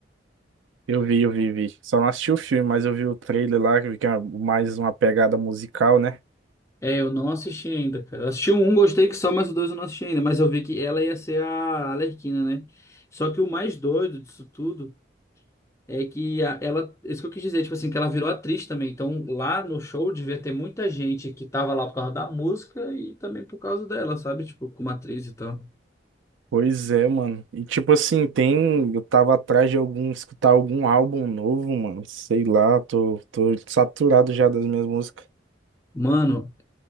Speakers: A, on the right; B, on the left.
A: Eu vi, eu vi, vi. Só não assisti o filme, mas eu vi o trailer lá, que vi que é mais uma pegada musical, né?
B: É, eu não assisti ainda, cara. Eu assisti o um, gostei que só, mas o dois eu não assisti ainda, mas eu vi que ela ia ser a Arlequina, né? Só que o mais doido disso tudo É que a- ela, isso que eu quis dizer, tipo assim, que ela virou atriz também. Então, lá no show devia ter muita gente que tava lá por causa da música e também por causa dela, sabe? Tipo, como atriz e tal.
A: Pois é, mano. E tipo assim, tem. Eu tava atrás de algum, escutar algum álbum novo, mano. Sei lá, tô, tô saturado já das minhas músicas.
B: Mano,